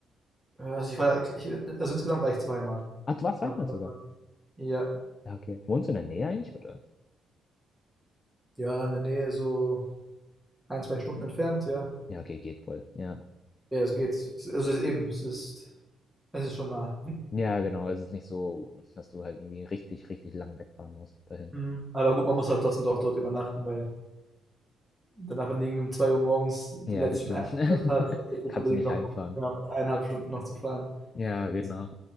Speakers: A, in the centre; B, on the left.
A: Äh, Also ich war, ich, also insgesamt war ich zweimal.
B: Ach, du warst
A: Aber
B: zweimal sogar.
A: ja,
B: Ja, okay. Wohnst du in der Nähe eigentlich, oder?
A: ja, in der Nähe so ein, zwei Stunden entfernt, ja.
B: Ja, okay, geht voll. Ja.
A: Ja, es geht. Es- Also es ist eben, es ist, es ist schon nah.
B: Ja, genau. Es ist nicht so, dass du halt irgendwie richtig, richtig lang wegfahren musst dahin.
A: Mhm. Aber gut, man muss halt trotzdem doch dort übernachten, weil danach, wenn du irgendwie um 2 Uhr morgens den
B: Ja,
A: letzten
B: das stimmt.
A: Eintritt
B: <laughs>
A: hast, hast du jetzt nicht
B: Kannst
A: unbedingt
B: du nicht
A: noch
B: heimfahren.
A: knapp eineinhalb Stunden noch zu fahren.
B: Ja, genau.
A: Das,